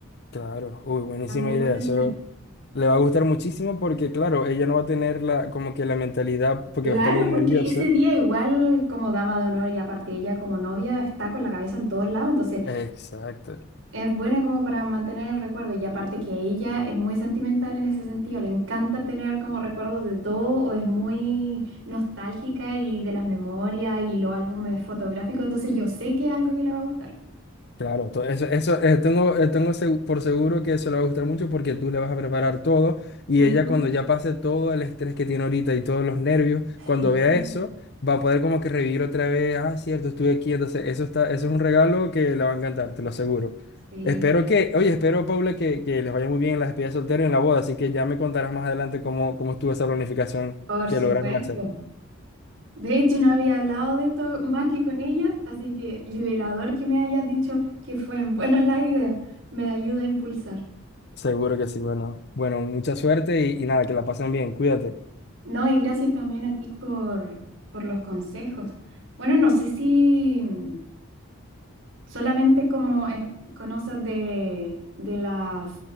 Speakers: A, on the left; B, on the right.
A: Claro, uy, buenísima
B: También
A: idea.
B: lo pensé.
A: Eso le va a gustar muchísimo porque, claro, ella no va a tener la, como que la mentalidad, porque
B: Claro,
A: va a estar muy
B: porque
A: nerviosa.
B: ese día igual como dama de honor y aparte ella como novia está con la cabeza en todos lados, entonces
A: Exacto.
B: Es buena como para mantener el recuerdo y aparte que ella es muy sentimental en ese sentido, le encanta tener como recuerdos de todo o es muy nostálgica y de las memorias y los álbumes fotográficos, entonces yo sé que es algo que le va a gustar.
A: Claro, to- eso, eso eh, tengo, eh, tengo segu- por seguro que eso le va a gustar mucho porque tú le vas a preparar todo y
B: Ujú.
A: ella cuando ya pase todo el estrés que tiene ahorita y todos los nervios, cuando
B: Sí,
A: vea eso, va a poder como que revivir otra vez, ah, es cierto, estuve aquí, entonces eso está, eso es un regalo que le va a encantar, te lo aseguro.
B: sí,
A: Espero que, oye, espero, Paula, que, que les vaya muy bien en la despedida de soltero y en la boda, así que ya me contarás más adelante cómo, cómo estuvo esa planificación
B: por
A: que
B: supuesto.
A: lograron hacer.
B: De hecho, no había hablado de esto más que con ellas, así que liberador que me hayas dicho que fue en buena la idea, me ayuda a impulsar.
A: Seguro que sí, bueno, bueno, mucha suerte y, y nada, que la pasen bien, cuídate.
B: No, y gracias también a ti por, por los consejos. Bueno, no sé si mm, solamente como es- conoces de, de las